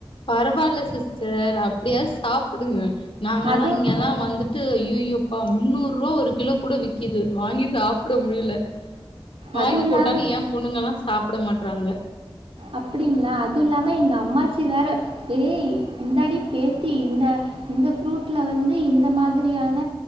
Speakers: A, on the left; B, on the right.
A: பரவாயில்ல சிஸ்டர் அப்பிடியாது சாப்புடுங்க நாங்கள்லா
B: அதுவும்
A: இங்கல்லா வந்துட்டு ஐய்யய்யோப்பா முன்னூறுவா ஒரு கிலோ கூட விக்கிது வாங்கி சாப்புட முடியல வாங்கி
B: அதுவும் இல்லாமல்
A: போட்டாலும் ஏ பொண்ணுங்கல்லா சாப்புட மாட்றாங்க
B: அப்பிடிங்களா அதுவு இல்லாம எங்க அம்மாச்சி வேற ஏய் இந்தாடி பேத்தி இந்த இந்த ஃப்ரூட்ல வந்து இந்த மாதிரியான